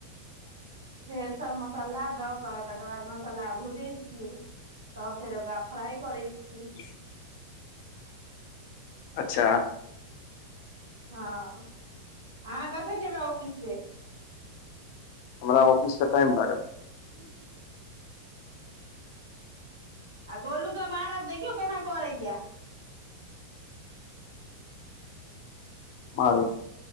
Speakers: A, on the right; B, on the left.
A: फेर सभ मसाला दऽ कऽ तकर बाद मसाला भूजै छियै तब फेर ओकरा फ्राइ करै छी
B: <inaudible> अच्छा
A: हँ अहाँ कखन एबै ऑफिस से
B: हमरा ऑफिस के टाईम लागत
A: आ <unintelligible> आ गोलूके मारब देखियौ केना करैया
B: मारू